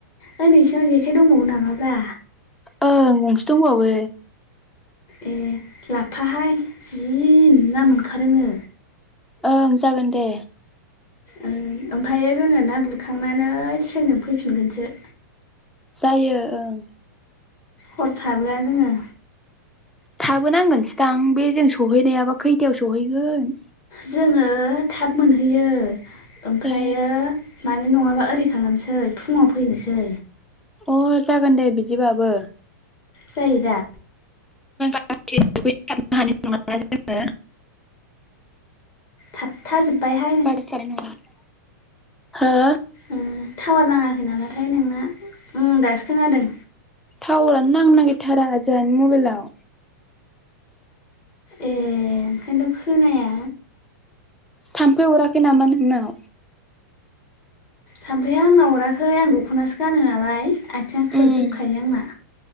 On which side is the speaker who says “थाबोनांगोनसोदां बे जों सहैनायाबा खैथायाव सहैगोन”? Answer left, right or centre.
Centre